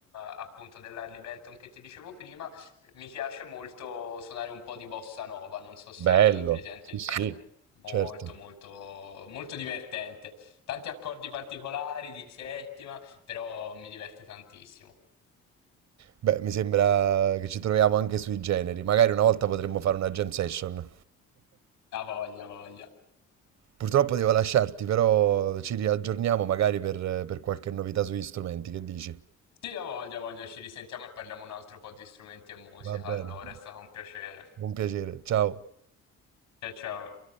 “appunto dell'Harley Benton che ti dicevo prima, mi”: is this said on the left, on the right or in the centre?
Left